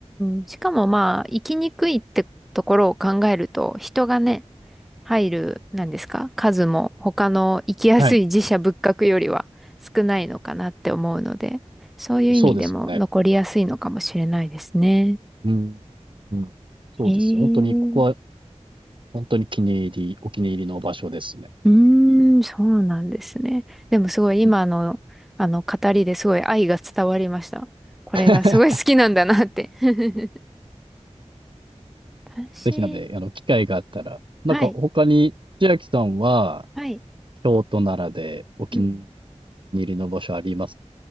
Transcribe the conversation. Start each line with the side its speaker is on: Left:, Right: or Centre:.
Centre: ん。しかもまあ、生きにくいってところを考えると、人がね、入る、なんですか、数も他の行きやすい寺社仏閣よりは少ないのかなって思うので、
Right: はい。
Centre: そういう意味でも残りやすいのかもしれないですね。
Right: そうですよね。うん。うん。そうですよ。
Centre: へえ。
Right: 本当に、ここは本当に気に入りお気に入りの場所ですね。
Centre: うーん、そうなんですね。でもすごい今の、
Right: うん。
Centre: あの語りですごい愛が伝わりました。これがすごい好きなんだなって。
Right: <laughs>
Centre: <laughs> 私、
Right: ぜひなんで、あの、機会があったら、なんか他に千秋さんは、
Centre: はい、はい。
Right: 京都、ならでお気に
Centre: うん
Right: 入りの場所あります